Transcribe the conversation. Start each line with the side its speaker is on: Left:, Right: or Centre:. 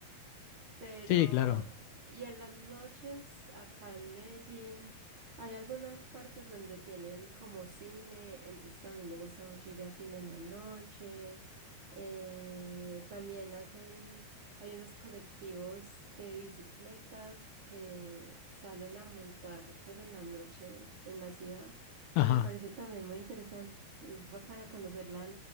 Right: Pero,
Left: Sí, claro.
Right: y en las noches acá en Medellín hay algunas partes donde tienen como cine, entonces a mí me gusta mucho ir a cine en la noche. Eh, también hacen, hay unos colectivos de bicicletas que salen a montar pues en la noche en la ciudad y
Left: Ajá.
Right: me parece también muy interesante. Es, es bacana conocer la,